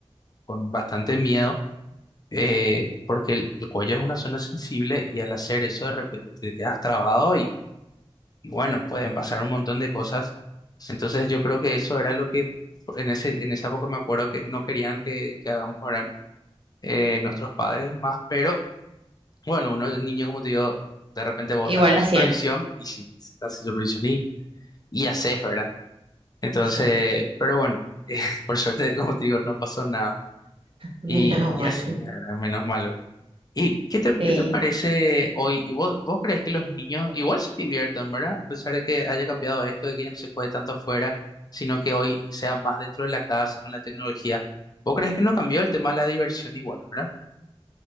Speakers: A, on the left; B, on the right.
A: con bastante miedo, eh, porque el, el cuello es una zona sensible y al hacer eso de repente te quedas trabado y bueno, pueden pasar un montón de cosas. Entonces yo creo que eso era lo que en ese, en esa época me acuerdo que no querían que, que hagamos ahora eh, nuestros padres y más, pero bueno, uno de niño como te digo, de repente vos
B: Igual
A: estás sin
B: hacían.
A: supervisión y si sí si estás sin supervisión y, y haces, ¿verdad? Entonces,
B: O sea, <laughs>
A: pero bueno, <laughs> por suerte, como te digo, no pasó nada.
B: menos
A: Y,
B: mal.
A: y así, ¿verdad? menos mal, ¿verdad? ¿Y qué te,
B: Sí.
A: qué te parece hoy? ¿Y ¿Vos, vos crees que los niños igual se divierten, ¿verdad? A pesar de que haya cambiado esto, de que ya no se juegue tanto afuera, sino que hoy sea más dentro de la casa con la tecnología. ¿Vos crees que no cambió el tema de la diversión igual, ¿verdad?